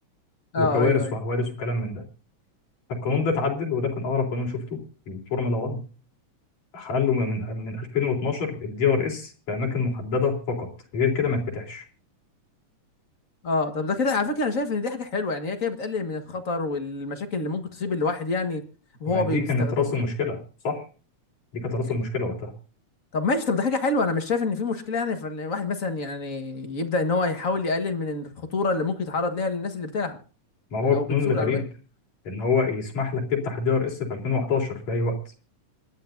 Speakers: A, on the left; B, on the left.
A: اه
B: وكوارث
A: ايوه ايوه
B: وحوادث وكلام من ده فالقانون
A: مم.
B: ده اتعدل وده كان اغرب قانون شفته في الفورمولا 1 حلوا من من 2012 الدي ار اس في اماكن محدده فقط غير كده ما يتفتحش
A: اه طب ده كده على فكره انا شايف ان دي حاجه حلوه يعني هي كده بتقلل من الخطر والمشاكل اللي ممكن تصيب الواحد يعني وهو
B: ما دي
A: بي- بيستخدمه
B: كانت راس المشكله
A: يعني
B: صح دي كانت راس
A: يعني
B: المشكله وقتها
A: طب ماشي طب ده حاجه حلوه انا مش شايف ان في مشكله يعني فالواحد مثلا يعني يبدا ان هو يحاول يقلل من الخطوره اللي ممكن يتعرض ليها للناس اللي بتلعب
B: ما هو
A: او
B: القانون
A: بتسوق
B: الغريب
A: العربيه
B: ان هو يسمح لك تفتح الدي ار اس في 2011 في اي وقت